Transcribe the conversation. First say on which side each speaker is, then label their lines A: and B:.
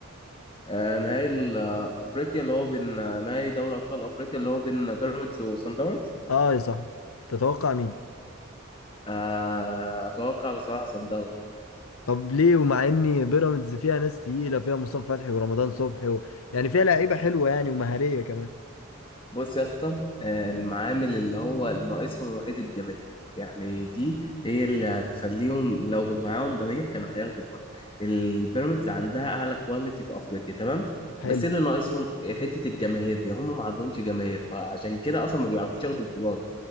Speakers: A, on the left; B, on the left.
A: آه نهائي ال- آه، افريقيا اللي هو بين آه، نهائي دوري ابطال افريقيا اللي هو بين بيراميدز وصن داونز
B: اه يا صاحبي تتوقع مين
A: آه اتوقع بصراحه صن داونز
B: طب ليه ومع ان بيراميدز فيها ناس تقيله فيها مصطفى فتحي ورمضان صبحي و... يعني فيها لعيبه حلوه يعني ومهاريه كمان
A: بص يا اسطى آه، المعامل اللي هو ناقصهم الوحيد الجماهير يعني دي هي اللي هتخليهم لو معاهم جماهير كانوا هياخدوا الماتش البيراميدز عندها اعلى كواليتي في افريقيا تمام
B: حلو
A: بس اللي ناقصهم حته الجماهير دي هم ما عندهمش جماهير فعشان كده اصلا ما بيعرفوش ياخدوا بطولات